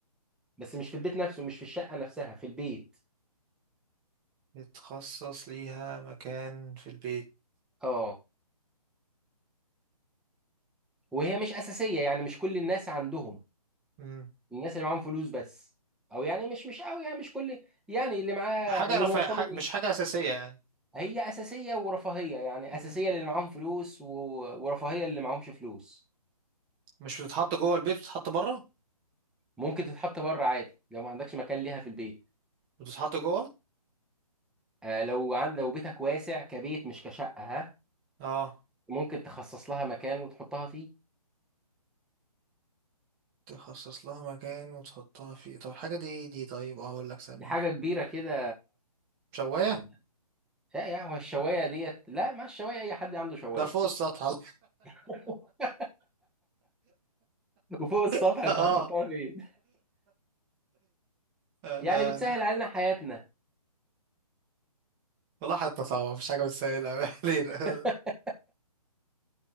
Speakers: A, in the centre; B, on the right (about 20°).
A: بس مش في البيت نفسه مش في الشقه نفسها في البيت
B: يتخصص ليها مكان في البيت
A: اه وهي مش اساسيه يعني مش كل الناس عندهم
B: مم.
A: الناس اللي معاهم فلوس بس او يعني مش مش قوي يعني مش كل يعني اللي معاه
B: حاجة
A: اللي
B: رفاهية
A: مرتبه
B: ح- مش حاجة أساسية يعني
A: هي اساسيه ورفاهيه يعني
B: مم.
A: اساسيه للي معاهم فلوس و... ورفاهيه للي معاهمش فلوس
B: مش بتتحط جوه البيت بتتحط بره
A: ممكن تتحط بره عادي لو ما عندكش مكان ليها في البيت
B: بتتحط جوه
A: آه لو عند لو بيتك واسع كبيت مش كشقه ها
B: اه
A: ممكن تخصص لها مكان وتحطها فيه
B: تخصص لها مكان وتحطها فيه طب الحاجة دي إيه دي طيب اه اقول لك ثانية
A: دي حاجه كبيره كده
B: شواية
A: آه، لا يا هو الشوايه ديت لا ما الشوايه اي حد عنده شوايه
B: ده فوق السطح على-
A: <laughs> وفوق السطح
B: <laughs>
A: انت
B: اه
A: هتحطها فين
B: آه.
A: يعني بتسهل علينا حياتنا
B: والله حتى صعبة مفيش حاجة بتسهلها <laughs> ما علينا
A: <laughs>